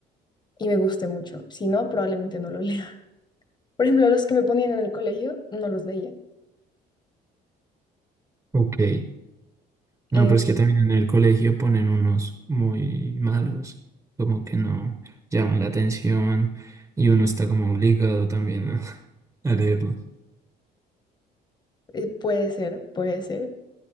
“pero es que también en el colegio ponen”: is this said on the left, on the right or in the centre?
Right